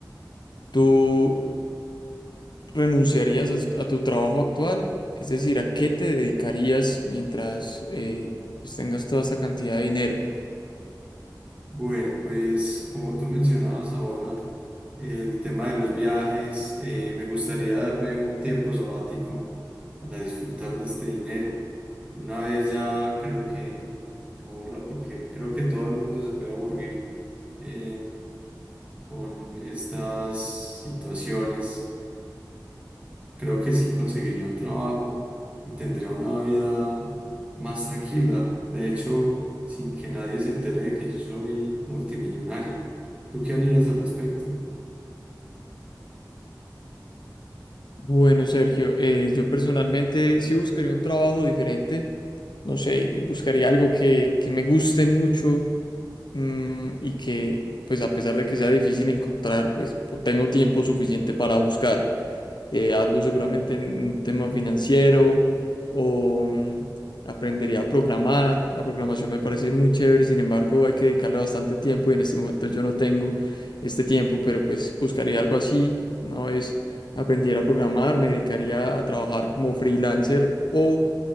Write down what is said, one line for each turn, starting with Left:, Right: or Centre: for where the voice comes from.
Left: ¿tú renunciarías a, s- a tu trabajo actual? Es decir, ¿a qué te dedicarías mientras eh, pues tengas toda esta cantidad de dinero?
Right: Bueno, pues como tú mencionabas ahora, el tema de los viajes, eh, me gustaría darme un tiempo sabático para disfrutar de este dinero. Una vez ya creo que me aburra porque creo que todo el mundo se puede aburrir eh, con estas situaciones creo que sí conseguiría un trabajo y tendría una vida más tranquila. De hecho, sin que nadie se entere de que yo soy multimillonario. ¿Tú qué harías al respecto?
Left: Bueno, Sergio, eh, yo personalmente sí buscaría un trabajo diferente. No sé, buscaría algo que, que me guste mucho mm, y que pues a pesar de que sea difícil encontrar, pues po- tengo tiempo suficiente para buscar eh, algo seguramente en un tema financiero o mm, aprendería a programar. La programación me parece muy chévere, sin embargo hay que dedicarle bastante tiempo y en este momento yo no tengo este tiempo, pero pues buscaría algo así. Una vez aprendiera a programar, me dedicaría a trabajar como freelancer o